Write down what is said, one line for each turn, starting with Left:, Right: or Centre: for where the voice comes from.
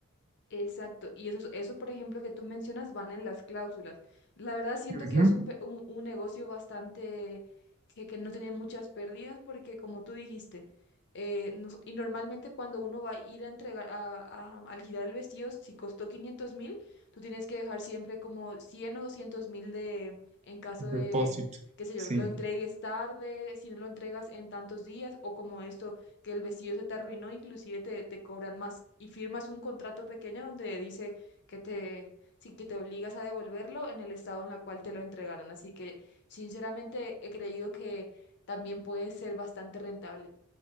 Left: Exacto, y eso, eso, por ejemplo, que tú mencionas, van en las cláusulas. La verdad, siento
Right: Ujú.
Left: que es un, pe- un, un negocio bastante que, que no tiene muchas pérdidas, porque como tú dijiste, eh, nos- y normalmente cuando uno va a ir a entregar, a, a- al girar el vestido, si costó quinientos mil, tú tienes que dejar siempre como cien o doscientos mil de, en caso de,
Right: Depósito.
Left: qué sé
Right: Sí.
Left: yo, lo entregues tarde, si no lo entregas en tantos días, o como esto que el vestido se te arruinó, inclusive te, te cobran más y firmas un contrato pequeño donde dice que te, sí, que te obligas a devolverlo en el estado en el cual te lo entregaron. Así que sinceramente he creído que también puede ser bastante rentable.